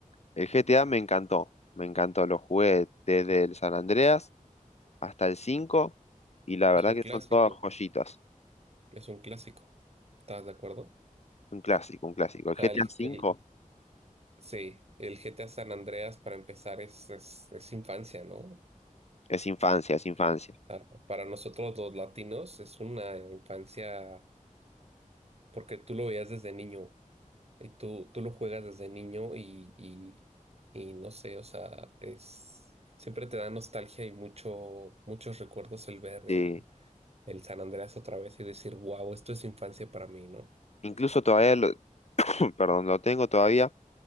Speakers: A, on the left; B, on the right.
A: El GTA me encantó, me encantó. Lo jugué desde el San Andreas hasta el 5 y la
B: Es
A: verdad
B: un
A: que
B: clásico,
A: son todas joyitas.
B: es un clásico. ¿Estás de acuerdo?
A: Un clásico, un clásico. El
B: Está
A: GTA
B: el,
A: cinco
B: el- sí, el GTA San Andreas para empezar es, es, es infancia, ¿no?
A: es infancia, es infancia.
B: Ah, Para nosotros los latinos es una infancia porque tú lo veías desde niño. eh, tú, tú lo juegas desde niño y, y, y no sé, o sea, es, siempre te da nostalgia y mucho, muchos recuerdos el ver
A: Sí.
B: el, el San Andreas otra vez y decir, wow, esto es infancia para mí, ¿no?
A: Incluso todavía lo, <coughs> <clears throat> perdón, lo tengo todavía